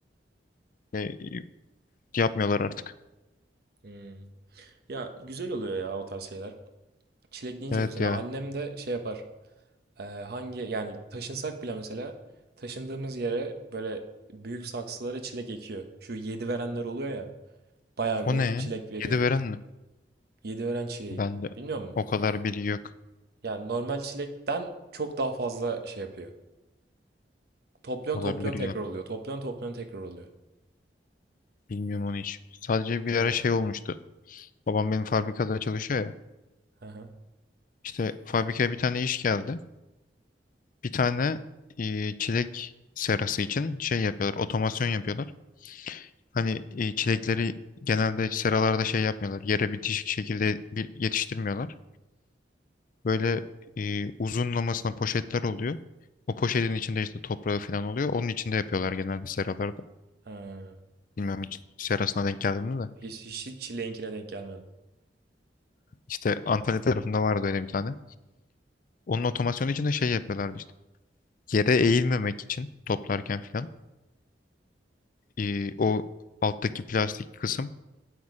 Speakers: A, on the left; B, on the right.
A: E, yapmıyorlar artık.
B: Hmm. Ya güzel oluyor ya o tarz şeyler. Çilek deyince
A: Evet
B: mesela
A: ya.
B: annem de şey yapar. Ee, hangi yani taşınsak bile mesela taşındığımız yere böyle büyük saksılara çilek ekiyor. Şu yedi verenler oluyor ya. Bayağı
A: O
B: bir
A: ne ya?
B: çilek veriyor.
A: Yedi veren mi?
B: Yedi veren çileği.
A: Ben de
B: Bilmiyor musun?
A: o kadar bilgi yok.
B: Yani normal çilekten çok daha fazla şey yapıyor. Topluyon
A: Olabilir
B: topluyon tekrar
A: ya.
B: oluyor. Topluyon topluyon tekrar oluyor.
A: Bilmiyorum onu hiç. Sadece bir
B: Öyle.
A: ara şey olmuştu. Babam benim fabrikada çalışıyor ya.
B: Hı hı.
A: İşte fabrikaya bir tane iş geldi. bir tane e, çilek serası için şey yapıyorlar, otomasyon yapıyorlar. Hani e, çilekleri genelde seralarda şey yapmıyorlar, yere bitişik şekilde bir yetiştirmiyorlar. Böyle e, uzunlamasına poşetler oluyor. O poşetin içinde işte toprağı falan oluyor. Onun içinde yapıyorlar genelde seralarda.
B: Ha.
A: Bilmiyorum hiç serasına denk geldim mi de.
B: Hiç, hiç, hiç çileğinkine denk gelmedim.
A: İşte Antalya tarafında vardı öyle bir tane. Onun otomasyonu için de şey yapıyorlardı işte. Yere eğilmemek için toplarken falan. e, o alttaki plastik kısım